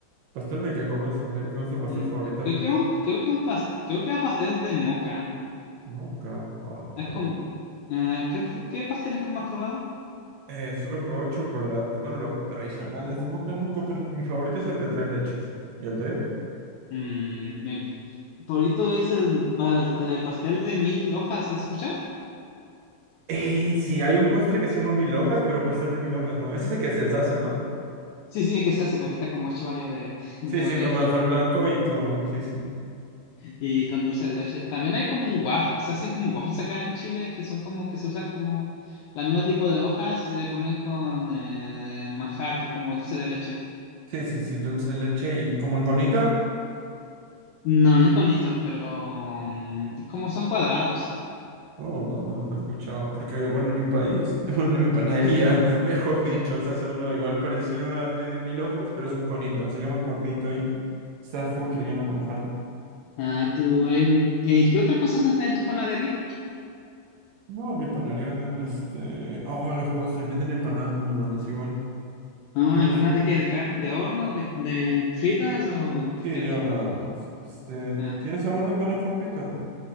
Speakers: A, on the right; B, on the left.
A: ¿Pastel de qué comes? ¿O qué- ¿Cuál es tu pastel
B: Mm,
A: favorito?
B: Creo que un, creo que un plas- creo que era pastel de moca.
A: Moca. Oh, no
B: Es
A: probó.
B: con, eh, ¿qué, pro- qué pasteles como has probado?
A: Eh, solo probó chocolate. Bueno, los tradicionales de moca nunca, pero mi favorito es el de tres leches. ¿Y el tuyo?
B: Mm, mi favorito es el, pa- el pastel de mil hojas, ¿lo has escuchado?
A: Eh, sí, hay un postre que se llama mil hojas, pero pastel de mil hojas, ¿no? Es ese que se deshace, ¿no?
B: Sí, sí, que se hace porque está como hecho varias de, <laughs> de
A: Sí,
B: varias
A: sí, con manjar blanco y con... Sí, sí.
B: y con dulce de leche. También hay como un waffle, se hacen como waffles acá en Chile que son como que se usan como el mismo tipo de hojas y se le ponen con eh, manjar, que es como dulce de leche.
A: Sí, sí, sí, dulce de leche y como en conita.
B: No, no en conitos, pero mm, es como son cuadrados.
A: No, no, no, no he escuchado. Porque, bueno, en mi país, <laughs> bueno, en mi panadería, <laughs> mejor dicho,
B: No.
A: se hace uno igual parecido al de mil hojas, pero es un conito, se llama cuernito y está full relleno de manjar.
B: Ah, tú, hay, un- ¿qué, qué otras cosas hacen en tu panadería?
A: No, en mi panadería venden este. Oh, los postres, venden empanadas muy buenas igual.
B: Ah,
A: ¿Te gusta?
B: ¿empanadas de qué? ¿De carne? ¿De horno? ¿De, de fritas? ¿O de
A: Sí,
B: qué?
A: de horneadas. Este,
B: Ah,
A: ¿tienes sabor de empanada favorito?